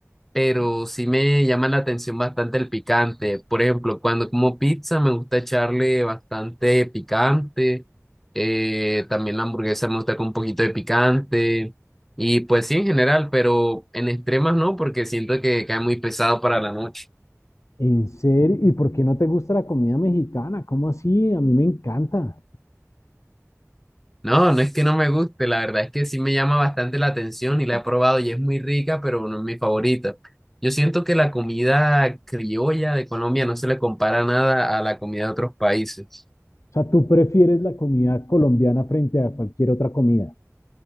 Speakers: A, in the centre; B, on the left.
A: pero sí me llama la atención bastante el picante. Por ejemplo, cuando como pizza me gusta echarle bastante picante, eh, también la hamburguesa me gusta con un poquito de picante, y pues sí, en general, pero en extremas no, porque siento que cae muy pesado para la noche.
B: ¿En serio? ¿Y por qué no te gusta la comida mexicana? ¿Cómo así? A mí me encanta.
A: No, no es que no me guste, la verdad es que sí me llama bastante la atención y la he probado y es muy rica, pero no es mi favorita. Yo siento que la comida criolla de Colombia no se le compara nada a la comida de otros países.
B: O sea, tú prefieres la comida colombiana frente a cualquier otra comida.